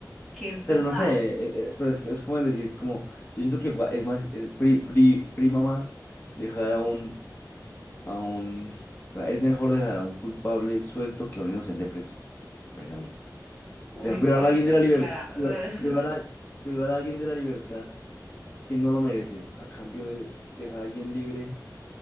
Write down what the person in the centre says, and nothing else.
que es
verdad.
Uy,
fuertes
declaradas.
<laughs>